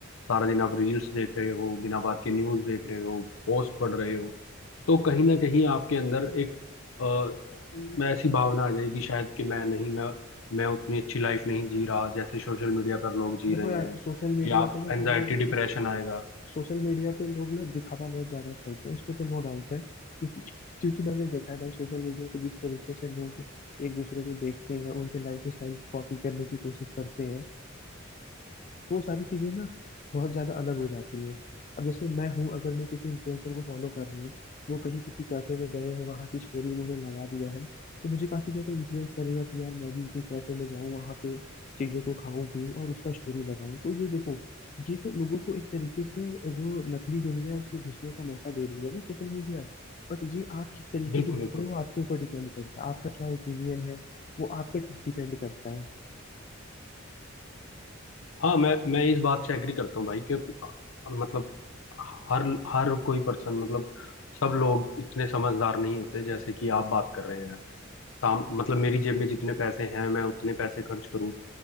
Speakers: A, on the left; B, on the left.
A: सारा दिन आप रील्स देख रहे हो बिना बात के न्यूज़ देख रहे हो पोस्ट पढ़ रहे हो तो कहीं ना कहीं आपके अंदर एक अ, मैं ऐसी भावना आ जाएगी शायद कि मैं नहीं मैं मैं उतनी अच्छी लाइफ नहीं जी रहा जैसे सोशल मीडिया पर लोग जी
B: देखो
A: रहे
B: यार
A: हैं
B: सोशल मीडिया
A: या आप
B: पे ना
A: एनजाइटी
B: लोग
A: डिप्रेशन आएगा
B: सोशल मीडिया पे लोग ना दिखावा बहुत ज्यादा करते हैं उसमें तो नो डाउट है क्योंकि क्योंकि मैंने देखा है भाई सोशल मीडिया पे जिस तरीके से लोग एक दूसरे को देखते हैं उनके लाइफ स्टाइल को कॉपी करने की कोशिश करते हैं वो सारी चीजें ना बहुत ज्यादा अलग हो जाती हैं अब जैसे मैं हूँ अगर मैं किसी इन्फ्लुएंसर को फॉलो कर रहा हूँ वो कहीं किसी कैफे में गए हैं वहाँ की स्टोरी उन्होंने लगा दिया है तो मुझे काफी ज्यादा इन्फ्लुएंस करेगा कि यार मैं भी उसी कैफे में जाऊँ वहाँ पे चीजों को खाऊं पीऊं और उसका स्टोरी लगाऊं तो ये देखो ये तो लोगों को एक तरीके से जो नकली दुनिया है उसमें घुसने का मौका दे रही है ना सोशल मीडिया बट ये आप किस तरीके
A: बिल्कुल
B: से घुस
A: बिल्कुल
B: रहे हो आपके ऊपर डिपेंड करता है आपका क्या ओपिनियन है वो आप पे डिपेंड करता है
A: हाँ मैं मैं इस बात से एग्री करता हूँ भाई कि अ, मतलब हर हर कोई पर्सन मतलब सब लोग इतने समझदार नहीं होते जैसे कि आप बात कर रहे हैं काम मतलब मेरी जेब में जितने पैसे हैं मैं उतने पैसे खर्च करूं